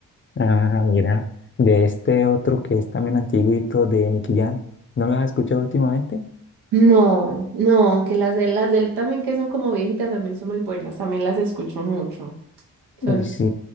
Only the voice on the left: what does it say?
Ah, mira, de este otro que es también antiguito de Nicky Jam. ¿No la has escuchado últimamente?
Uy, sí.